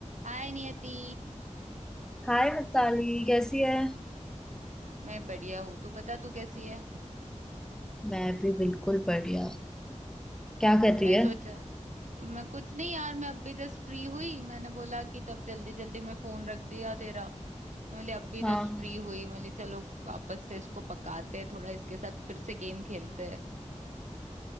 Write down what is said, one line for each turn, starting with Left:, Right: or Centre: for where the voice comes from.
Right: हाय नियति
Centre: हाय मिताली कैसी है
Right: मैं बढ़िया हूँ तू बता तू कैसी है
Centre: मैं भी बिल्कुल बढ़िया क्या कर रही
Right: मैं
Centre: है
Right: सोचा मैं कुछ नहीं यार मैं अभी जस्ट फ्री हुई मैंने बोला कि तब जल्दी जल्दी मैं फोन रख दिया तेरा मैं बोली अभी जस्ट
Centre: हाँ
Right: फ्री हुई मैं बोली चलो वापस से इसको पकाते हैं थोड़ा इसके साथ फिर से गेम खेलते हैं